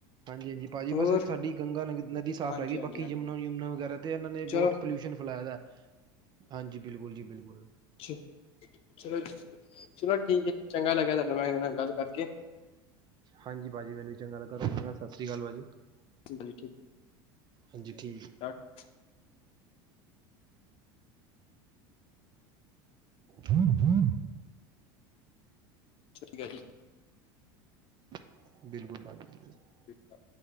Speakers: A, on the right; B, on the left.
A: ਹਾਂਜੀ-ਹਾਂਜੀ, ਭਾਅਜੀ
B: ਹੋਰ
A: ਬਸ ਸਾਡੀ ਗੰਗਾ ਨਦੀ ਸਾਫ਼
B: ਹਾਂਜੀ
A: ਹੈਗੀ,
B: ਹਾਂਜੀ
A: ਬਾਕੀ
B: ਹਾਂਜੀ
A: ਜਮਨਾ-ਜੁਮਨਾ ਵਗੈਰਾ ਤੇ ਇਹਨਾਂ ਨੇ
B: ਚਲੋ
A: ਬਹੁਤ ਪੋਲਿਊਸ਼ਨ ਫੈਲਾਇਆ ਦਾ ਹਾਂਜੀ, ਬਿਲਕੁਲ ਜੀ ਬਿਲਕੁਲ।
B: ਅੱਛਾ, ਚਲੋ-ਚਲੋ ਠੀਕ ਹੈ ਚੰਗਾ ਲੱਗਿਆ ਤੁਹਾਾਨੂੰ ਮੈਂ ਇਹ ਨਾਲ ਗੱਲ ਕਰਕੇ।
A: ਹਾਂਜੀ, ਭਾਜੀ ਮੈਨੂੰ ਵੀ ਚੰਗਾ ਲੱਗਾ ਤੁ ਸਤਿ ਸ਼੍ਰੀ ਅਕਾਲ ਭਾਜੀ।
B: ਬਿਲਕੁੱਲ।
A: ਹਾਂਜੀ ਠੀਕ।
B: <inaudible>
A: ਹੂੰ-ਹੂੰ
B: ਠੀਕ ਹੈ ਜੀ।
A: ਬਿਲਕੁਲ <unintelligible>
B: <inaudible>